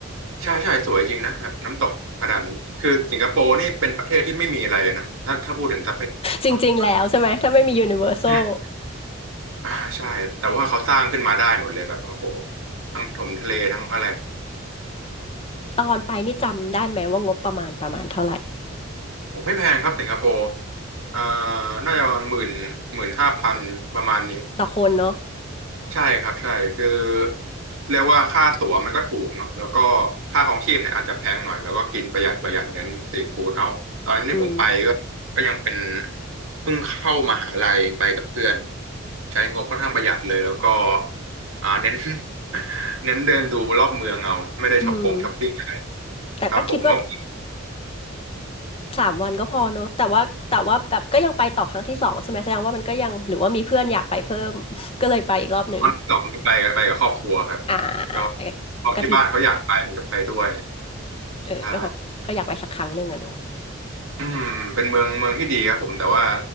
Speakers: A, on the right (about 75°); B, on the left (about 25°).
A: ใช่ใช่สวยจริงนะแบบน้ำตกขนาดนั้นคือสิงคโปร์นี่เป็นประเทศที่ไม่มีอะไรเลยนะถ้าถ้าพูดถึงทรัพยากร
B: จริงๆแล้วใช่ไหมถ้าไม่มียูนิเวอร์แซล
A: อืมอ่าใช่แต่ว่าเขาสร้างขึ้นมาได้หมดเลยแบบโอ้โหทั้งถมทะเลทั้งอะไร
B: ตอนไปนี่จำได้ไหมว่างบประมาณประมาณเท่าไหร่
A: ไม่แพงครับสิงคโปร์อ่าน่าจะประมาณหมื่นหมื่นห้าพันประมาณนี้
B: ต่อคนเนาะ
A: ใช่ครับใช่คือเรียกว่าค่าตั๋วมันก็ถูกเนาะแล้วก็ค่าของชีพเนี่ยอาจจะแพงหน่อยแล้วก็กินประหยัดประหยัดเน้นสตรีทฟู้ดเอาตอนนั้นที่ผมไปก็ก็ยังเป็น
B: อืม
A: เพิ่งเข้ามหาลัยเองไปกับเพื่อนใช้งบค่อนข้างประหยัดเลยแล้วก็อ่าเน้น <laughs> เน้นเดินดูรอบเมืองเอาไม่ได้ช้อปปงช้อปปิ้งอะไร
B: อืมแต่ก็คิดว่า
A: ครับผมงบ
B: สามวันก็พอเนอะแต่ว่าแต่ว่าแบบก็ยังไปต่อครั้งที่สองใช่ไหมแสดงว่ามันก็ยังหรือว่ามีเพื่อนอยากไปเพิ่ม <laughs> ก็เลยไปอีกรอบหนึ่ง
A: ตอนที่สองเนี่ยไปกับไปกับครอบครัวครับ
B: อ่าอ่า
A: ก็พอที่บ้านเขาอยากไปก็ไปด้วย
B: กฐินเออก็เขาก็อยากไปสักครั้งหนึ่งอะเนอะ
A: ใช่ อืมเป็นเมืองเมืองที่ดีครับผมแต่ว่า